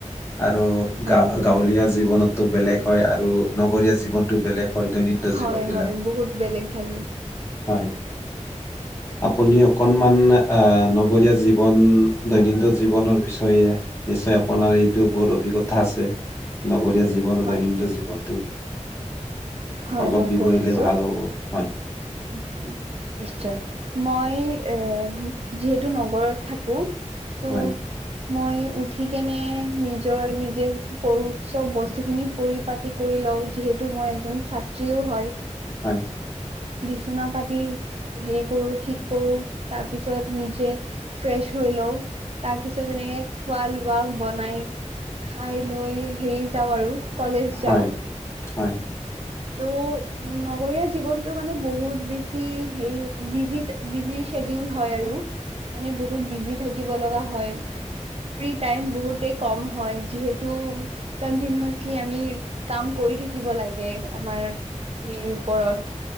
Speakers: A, on the left; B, on the right.
A: আৰু।
B: হয়
A: গা-গাঁৱলীয়া
B: হয়
A: জীৱনতটো বেলেগ হয়, আৰু নগৰীয়া জীৱনটো বেলেগ হয়। দৈনন্দিন
B: হয়
A: জীৱন বিলাক,
B: হয় বহুত বেলেগ থাকে।
A: হয়।
B: <unintelligible>
A: আপুনি অকনমান আহ নগৰীয়া জীৱন, দৈনন্দিন জীৱনৰ বিষয়ে নিশ্চয়, আপোনাৰ এইটো বহুত অভিজ্ঞতা আছে, নগৰীয়া জীৱনত
B: হয়
A: দৈনন্দিন
B: হয়
A: জীৱনটো।
B: হয়
A: অলপ
B: মই
A: বিৱৰিলে
B: কৈ আছো
A: ভাল হ'ব, হয়।
B: <unintelligible> নিশ্চয়, মই এ যিহেতু নগৰত থাকো ত'
A: হয়।
B: মই উঠি কেনে নিজৰ, নিজে চব বস্তু খিনি পৰিপাতি কৰি লওঁ, যিহেতু মই এজন ছাত্ৰীও হয়।
A: হয়।
B: বিচনা পাতি হেৰি কৰোঁ, ঠিক কৰোঁ, তাৰপিছত নিজে ফ্ৰেছ হৈ লওঁ, তাৰ পিছত এনেকে খোৱা লোৱা বনাই খাই লৈ হেৰি যাওঁ আৰু, কলেজ যাওঁ।
A: হয় হয়।
B: ত' উম, নগৰীয়া জীৱনতটো মানে বহুত বেছি হেৰি হয়, বিজি ট্য, বিজি শ্বেডিউল হয় আৰু, মানে বহুত বিজি থাকিব লগা হয়। ফ্ৰী টাইম বহুতে কম হয়, যিহেতু কাণ্টিনিৱাচলি আমি কাম কৰি থাকিব লাগে। আমাৰ হেৰিৰ ওপৰত,